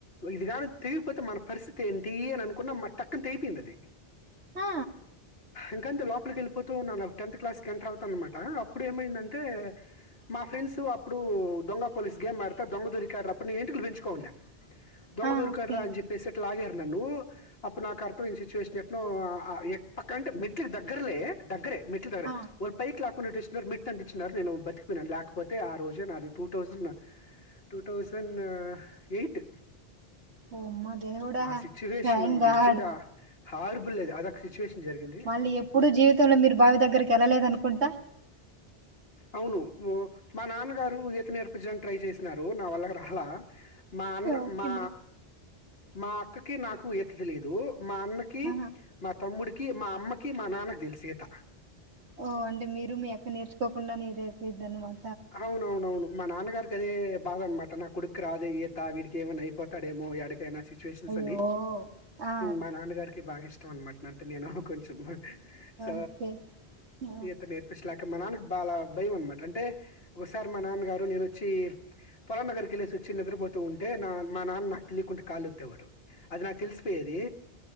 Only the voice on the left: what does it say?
ఇదిగాని తెలిగిపోతే మన పరిస్థితి ఏంటి అని అనుకున్న మ టక్కున తెపోయింది అది
ఇంకంతే లోపలికి వెళ్ళిపోతూ వున్న టెన్త్ క్లాస్ కి ఎంటర్ అవుతాను అన్నమాట అప్పుడు ఏమైందంటే మా ఫ్రెండ్స్ అప్పుడు దొంగ పోలీస్ గేమ్ ఆడత దొంగ దొరికా ఆడారు అప్పుడు నీ ఎంటికలు పెంచుకోన్న దొంగ
దొరికారా
అని చెప్పేసి లాగారు నన్ను అప్పుడు నాకు అర్థం సిచ్యువేషన్ ఎటో పక్క అంటే మెట్లకి దగ్గరలే దగ్గరే మెట్లు దగరే
ఒక పైక్ లాక్ టూ మిట్ అందించినారు నేను బతిపోయినాను లేకపోతే ఆ రోజే నాది two thousand two thousand eight
ఆ సిచ్యువేషన్
నిజంగా హార్బుల్ అది ఒక సిచువేషన్ జరిగింది
అవును ను మా నాన్నగారు ఈత ఎంకరేజే చేసినారు నా వాళ్ళకి రాలా మా అన్న
మా మా అక్క కి నాకు ఇదిలేదు మా అన్నకి
మా తమ్ముడి కి మా అమ్మకి మా నాన్నకి తెలుసేత
అవున అవున అవును మా నాన్నగారికి అదే బాధ అనమాట నా కుడుకు రాదే ఈత వీడికి ఏమన్నా అయిపోతాడేమో ఎడి కి నా సిచ్యువేషన్స్
అన్ని
మా నాన్నగారికి బాగా ఇష్టం ఇష్టం అనమాట అంటే నేను కొంచెం స
ఈత నరు పచ్చలాక మనను బాలా భయం అనమాట అంటే ఒకసారి మా నాన్నగారు నేనొచ్చి పొలం దగ్గరికి ఎలేసివచ్చి ఓసారి మా నాన్న గారు నేనొచ్చి వచ్చి నిద్రపోతూ ఉంటే నా మా నాన్న నాకు తెలియకుంటే కళ్ళోతే వాడుఅది నాకు తెలిసిపోయేది